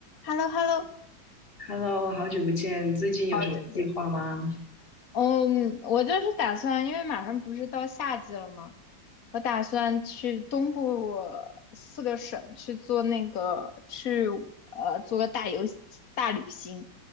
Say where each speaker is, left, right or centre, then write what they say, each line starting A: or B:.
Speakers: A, on the left (about 50°); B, on the left (about 30°).
A: h e l l o h e l l o
B: Hello，好久不见，最近有什么计划吗？
A: 好久不见。嗯，我就是打算，因为马上不是到夏季了吗？我打算去东部四个省去做那个去呃做个大游大旅行，